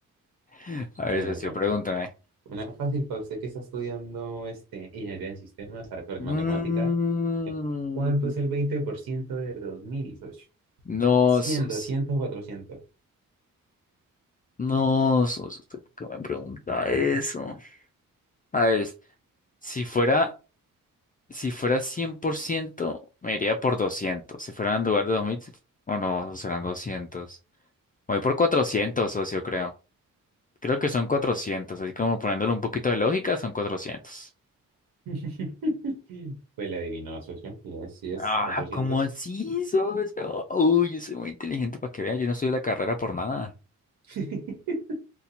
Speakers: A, on the left; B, on the right.
A: <laughs> A ver,
B: Bueno,
A: socio,
B: socio,
A: pregúntame.
B: Una fácil para usted que está estudiando este, ingeniería en sistemas, arte de
A: Mm,
B: matemática. ¿Cuánto es el 20% de 2000, socio?
A: no,
B: 100,
A: sos,
B: 200, 400.
A: no, sos, ¿usted por qué me pregunta eso? A ver, si fuera Si fuera 100%, me iría por 200. Si fuera en lugar de 2000, o no, serán 200. Voy por 400, socio, creo. Creo que son cuatrocientos. así como poniéndole un poquito de lógica, son cuatrocientos.
B: <laughs> Pues le adivinó, socio. Sí es, sí es,
A: Ah,
B: 400.
A: ¿cómo así, socio? Uy, yo soy muy inteligente para que vean, yo no estudio la carrera por nada.
B: <laughs>